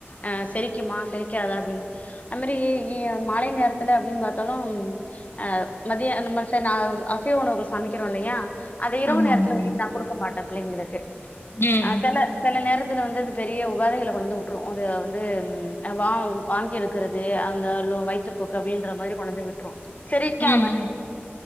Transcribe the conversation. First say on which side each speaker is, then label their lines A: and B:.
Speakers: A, on the left (about 35°); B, on the left (about 65°).
A: அ செரிக்குமா செரிக்காதா அப்டின்னு அது மாரி மாலை நேரத்துல அப்டின் பாத்தாலும் அ மதிய அந்த ம ச நா அசைவ உணவுகள் சமைக்கிறோல்லயா அத இரவு
B: ஆமாங்க
A: நேரத்துல
B: தோழி
A: வந்து நா குடுக்க மாட் டே பிள்ளைங்களுக்கு
B: ம்
A: ஆ செல செல நேர த்துல வந்தது பெரிய ஒ வேதனைல கொண்டந்து வுட்ரு அது வந்து ம் வா வாந்தி எடுக்குறது அந்த லோ வயித்துப்போக்கு அப்டின்ற மாரி கொண்டந்து விட்ரு செரிக்காம
B: ம் ம்